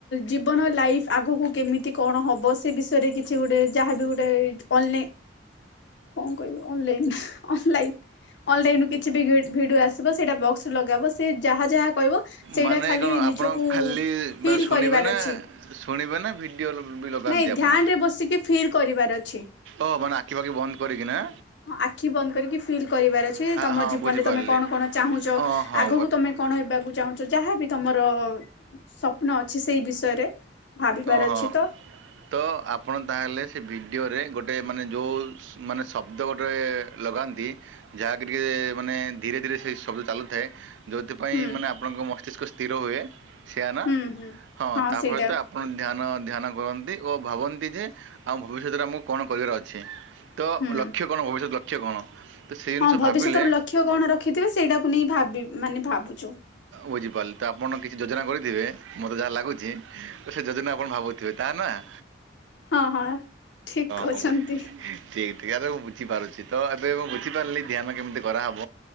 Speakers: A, on the left; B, on the right.
A: ଜୀବନ ଲାଇଫ ଆଗକୁ କେମିତି କଣ ହବ ସେ ବିଷୟରେ କିଛି ଗୋଟେ ଯାହାବି ଗୋଟେ ଅନଲାଇନ କଣ କହିବି ଅନଲାଇନ୍ ଅନଲାଇନ୍ ଅନଲାଇନ ରୁ କିଛି ବି ଭିଡିଓ ଆସିବ ସେଇଟା ବକ୍ସରେ ଲଗା ହବ ସେ ଯାହା ଯାହା କହିବ ସେଇଟା
B: ମାନେ
A: ଖାଲି
B: କ'ଣ
A: ନିଜକୁ
B: ଆପଣ ଖାଲି ମାନେ
A: ଫିଲ୍
B: ଶୁଣିବେ
A: କରିବାର
B: ନା
A: ଅଛି।
B: ଶୁଣିବେ ନା ଭିଡ଼ିଓ ବି ଲଗାନ୍ତି
A: ନାଇଁ
B: ଆପଣ
A: ଧ୍ୟାନ ରେ ବସିକି ଫିଲ୍ କରିବାର ଅଛି।
B: ଓ ମାନେ ଆଖି ପାଖି ବନ୍ଦ କରିକିନାଁ।
A: ହଁ ଆଖି ବନ୍ଦ କରିକି ଫିଲ୍ କରିବାର ଅଛି ତମ
B: ହଁ
A: ଜୀବନରେ
B: ବୁଝିପାରିଲି
A: ତମେ କଣ କଣ ଚାହୁଁଛ?
B: ଓ ହଁ
A: ଆଗକୁ ତମେ କଣ ହେବାକୁ ଚାହୁଁଛ ଯାହାବି ତମର ସ୍ୱପ୍ନ ଅଛି ସେଇ ବିଷୟରେ ଭାବିବାର
B: ଓ ହୋ
A: ଅଛି ତ
B: ତ ଆପଣ ତାହେଲେ ସେ ଭିଡ଼ିଓରେ ଗୋଟେ ମାନେ ଯୋଉ ମାନେ ଶବ୍ଦ ଗୋଟେ ଲଗାନ୍ତି। ଯାହାକି ଟିକେ ମାନେ ଧୀରେ ଧୀରେ ସେଇ ଶବ୍ଦ ଚାଲୁଥାଏ। ଯୋଉଥିପାଇଁ
A: ହୁଁ
B: ମାନେ ଆପଣଙ୍କ ମସ୍ତିଷ୍କ ସ୍ଥିର ହୁଏ ସେୟା ନା
A: ହୁଁ ହୁଁ
B: ହଁ ତା
A: ସେଇଟା
B: ଫଳତ ଆପ ଆପଣ ଧ୍ୟାନ-ଧ୍ୟାନ କରନ୍ତି ଓ ଭାବନ୍ତି ଯେ ଆମ ଭବିଷ୍ୟତରେ ଆମକୁ କଣ କରିବାର ଅଛି। ତ
A: ହୁଁ
B: ଲକ୍ଷ୍ୟ କଣ? ଭବିଷ୍ୟତ ଲକ୍ଷ୍ୟ କଣ? ତ ସେଇ ଜିନିଷ
A: ହଁ ଭବିଷ୍ୟତ
B: ଭାବିଲେ
A: ର ଲକ୍ଷ୍ୟ କଣ ରଖିଥିବେ ସେଇଟାକୁ ନେଇ ଭାବି ମାନେ ଭାବୁଛୁ
B: ବୁଝିପାରିଲି ତ ଆପଣ କିଛି ଯୋଜନା କରିଥିବେ ମୋତେ ଯାହା ଲାଗୁଛି। ତ ସେ ଯଦିନ ଆପଣ ଭାବୁଥିବେ, ତା ନା ହଁ,
A: ହଁ ହଁ ଠିକ କହୁଛନ୍ତି।
B: ହ, ବୁ ଠିକ୍-ଠିକ୍ ଆରେ ମୁଁ ବୁଝିପାରୁଛି। ତ ଏବେ ମୁଁ ବୁଝିପାରିଲି, ଧ୍ୟାନ କେମିତି କରାହବ?